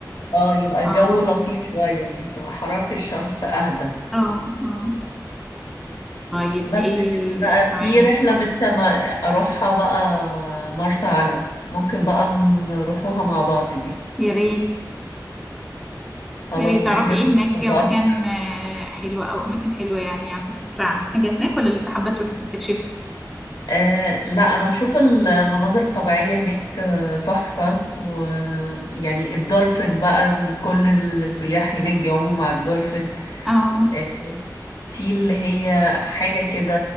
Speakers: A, on the left; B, in the centre.
A: اه يبقى الجو
B: اه
A: لطيف شوية يعني تبقى حرارة الشمس أهدى
B: اه اه طيب
A: بس
B: ايه
A: لكن بقى
B: كمان
A: في رحلة نفسي أنا أروحها بقى مرسى علم ممكن بقى نروحوها مع بعض دي
B: يا ريت
A: خلاص
B: يا ريت تعرفي
A: نحجز
B: ايه هناك
A: مع
B: مكان
A: بعض.
B: آه، حلو او اماكن حلوة يعني عندك فكرة عن حاجة هناك ولا لسه حابة تروحي تستكشفي؟
A: آه لا انا بشوف المناظر الطبيعيه هناك آه، تحفه ويعني الدولفين بقى إن كل السياح هناك بيعوموا مع الدولفين
B: اه
A: آه، في اللي هي حاجه كده